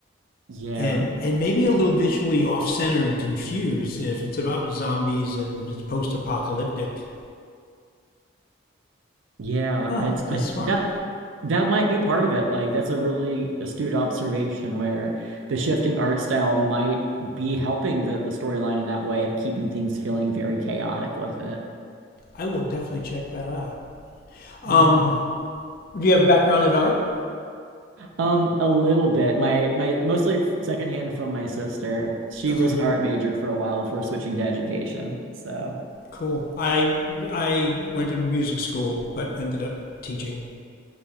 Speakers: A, on the right; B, on the left.
A: Yeah,
B: and and maybe a little visually off center and confused And if it's about zombies and it's post apocalyptic.
A: yeah.
B: Huh,
A: It's
B: that's smart.
A: that that might be part of it. Like, that's a really astute observation where the shifting art style might be helping the the storyline in that way of keeping things feeling very chaotic with it.
B: I will definitely check that out. Um,
A: Yeah.
B: Do you have a background in art?
A: Um, a little bit. My my mostly f- secondhand from my sister. She
B: Okay.
A: was an art major for a while before switching to education. So,
B: Cool. I I went to music school, but ended up teaching.